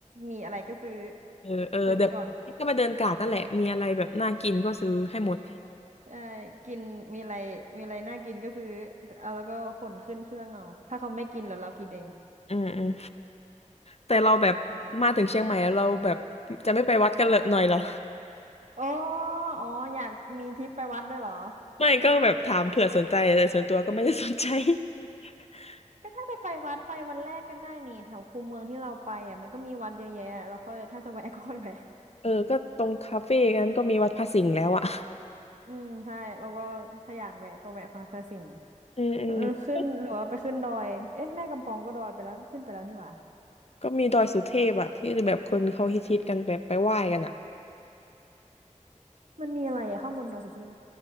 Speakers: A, on the right; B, on the left.
A: มีอะไรก็ซื้อ
B: เออเออเดี๋ยวก็ไปเดินกาดนั่นแหละมีอะไรแบบน่ากินก็ซื้อให้หมด
A: ซื้อไปก่อนใช่กินมีอะไรมีอะไรน่ากินก็ซื้อเอาแล้วก็ขนขึ้นเครื่องเอาถ้าเขาไม่กินแล้วเรากินเอง
B: อืมอืม แต่เราแบบมาถึงเชียงใหม่แล้วเราแบบจะไม่ไปวัดกันเลยหน่อยเหรอ
A: อ๋ออ๋ออยากมีทริปไปวัดด้วยเหรอ
B: <laughs> ไม่ก็แบบถามเผื่อสนใจแต่ส่วนตัวก็ไม่ได้สนใจ <laughs>
A: ก็ถ้าจะไปวัดไปวันแรกก็ได้นี่แถวคูเมืองที่เราไปอ่ะมันก็มีวัดเยอะแยะเราค่อยถ้าจะแวะ <laughs> ก็ค่อยแวะ
B: เออก็ตรงคาเฟ่นั้นก็มีวัดพระสิงห์แล้วอ่ะ
A: อืมใช่แล้วก็ถ้าอยากแวะก็แวะพาพระสิงห์
B: <laughs> อืมอืม
A: เออขึ้นหรือว่าไปขึ้นดอยเอ๊ะแม่กำปองก็ดอยไปแล้วขึ้นไปแล้วนี่หว่า
B: ก็มีดอยสุเทพอ่ะที่แบบคนเขาฮิตๆกันแบบไปไหว้กันอ่ะ
A: มันมีอะไรอะข้างบนดอยสุเทพ